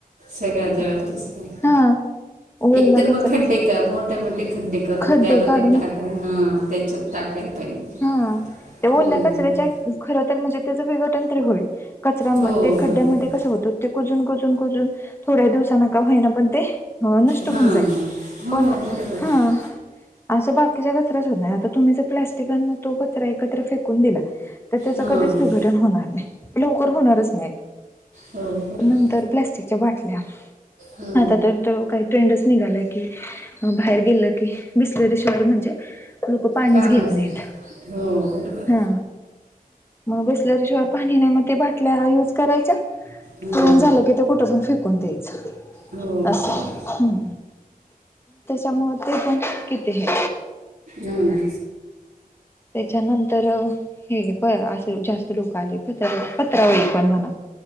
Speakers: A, on the right; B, on the left.
A: सगळ्या
B: आता
A: जळ तस आहे
B: हा ओला
A: एकतर
B: कचरा
A: मग खड्डे कॅमो टॅमटे खं्डे <unintelligible> करून
B: खड्डे
A: त्यामध्ये
B: काढून
A: टाका हा त्या चूप टाकायला पाहिजे.
B: हा ते
A: हम्म.
B: ल्खच त्याच्या <unintelligible> खर तर म्हणजे त्याचं विघटन तरी होईल कचऱ्यामध्ये
A: हो
B: ते खड्ड्यामध्ये
A: बरोबर आहे.
B: कसं होतं ते कुजून कुजून कुजून थोड्या दिवसांन का होईना पण ते ह नष्ट
A: हां
B: होऊन जाईल
A: हो
B: पण
A: बरोबर आहे.
B: हा असं बाकीचा कचराच हो आता तुम्ही जर प्लाॅस्टिकांन तो कचरा एकत्र फेकून दिला तर त्याच
A: हां
B: कधीच विघटन होणार नाही लवकर होणारच नाही.
A: हो बरोबर
B: नंतर प्लास्टिकच्या बाटल्या
A: हो
B: आता तर तो काय ट्रेंडच निघालाय की बाहेर गेलं की बिसलेरी शिवाय म्हणजे लोक पाणीच
A: कामच
B: घेत नाहीत
A: आहे हो बरोबर
B: हा मग बिसलेरी शिवाय पाणी नाही मग ते बाटल्या हा युज करायच्या
A: हां
B: पिऊन झालं की ते कुठं पण फेकून द्यायचं.
A: हो
B: असस
A: बरोबर
B: हम. त्यामुळे ते पण किती हे
A: हो ना.
B: त्याच्यानंतर अ हे प असे जास्त लोक आले पत्र पत्रावळी पण म्हणा